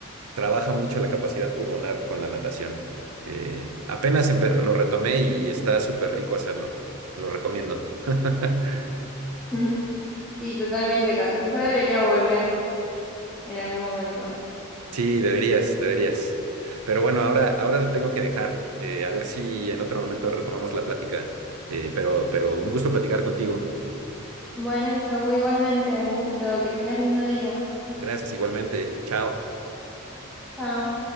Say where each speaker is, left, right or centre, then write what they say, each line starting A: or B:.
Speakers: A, on the right; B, in the centre.
A: trabaja mucho la capacidad pulmonar con la natación. Eh, apenas empe- lo retomé y está súper rico hacerlo. Lo recomiendo. <laughs>
B: <laughs> Sí, totalmente, ca- quizá debería volver en algún momento.
A: Sí, deberías, deberías. Pero bueno, ahora, ahora te tengo que dejar. Eh, a ver si en otro momento retomamos la plática. Eh, pero, pero un gusto platicar contigo.
B: Bueno, Esaú, igualmente, un gusto, que tengas lindo día.
A: Gracias igualmente. Chao.
B: Chao.